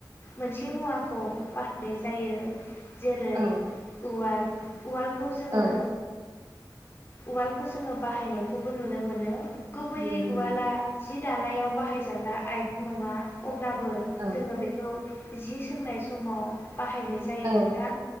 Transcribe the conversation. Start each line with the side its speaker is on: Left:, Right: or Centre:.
Left: मोनसे मुवाखौ बाहायनाय जायो। जेरै
Right: औ
Left: उवाल। उवालखौ जोङो
Right: औ
Left: उवालखौ जोङो बाहायनायखौबो नुनो मोनो। गुबैयै
Right: नुनो
Left: उवाला
Right: मोनो
Left: जि दानायाव बाहाय जाग्रा आइजें नङा अब्लाबो <unintelligible>
Right: औ
Left: जोङो बेखौ जि सोंनाय समाव बाहायनाय जायो
Right: औ
Left: नोंथां